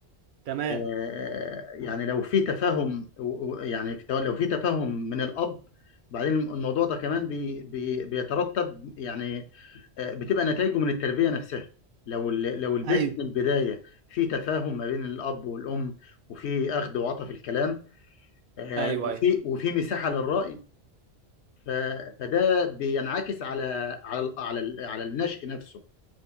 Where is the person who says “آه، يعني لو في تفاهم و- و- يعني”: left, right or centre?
Left